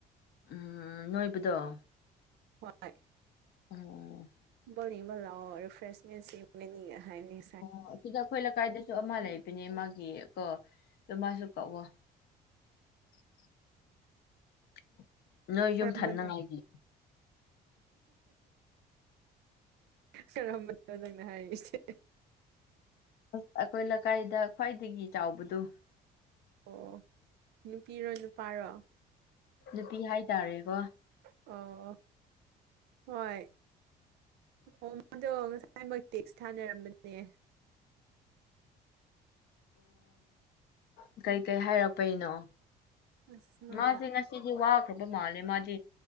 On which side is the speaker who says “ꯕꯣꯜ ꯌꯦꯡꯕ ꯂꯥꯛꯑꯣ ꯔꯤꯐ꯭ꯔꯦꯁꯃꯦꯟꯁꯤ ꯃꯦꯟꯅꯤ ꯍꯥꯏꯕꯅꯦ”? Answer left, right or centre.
Right